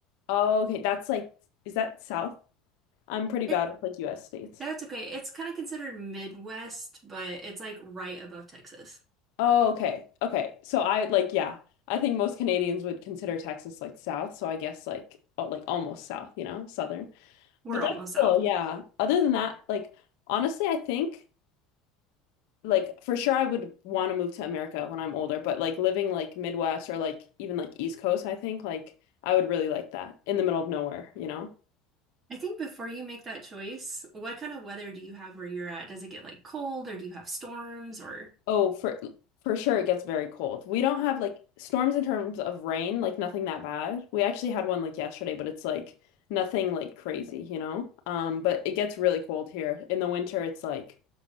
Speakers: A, on the left (about 70°); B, on the right (about 35°).
A: Oh, okay, that's like is that south? I'm pretty bad
B: It
A: with like US states.
B: no, it's okay. It's kind of considered Midwest, but it's like right above Texas.
A: Oh, okay. Okay. So I like yeah, I think most Canadians would consider Texas like south, so I guess like oh, like almost south, you know, southern.
B: We're
A: But that's
B: almost south.
A: cool, yeah. Other than that, like honestly, I think like for sure I would want to move to America when I'm older, but like living like Midwest or like even like East Coast, I think like I would really like that in the middle of nowhere, you know?
B: I think before you make that choice, what kind of weather do you have where you're at? Does it get like cold or do you have storms or
A: Oh, for for sure it gets very cold. We don't have like storms in terms of rain, like nothing that bad. We actually had one like yesterday, but it's like nothing like crazy, you know? Um, but it gets really cold here. In the winter it's like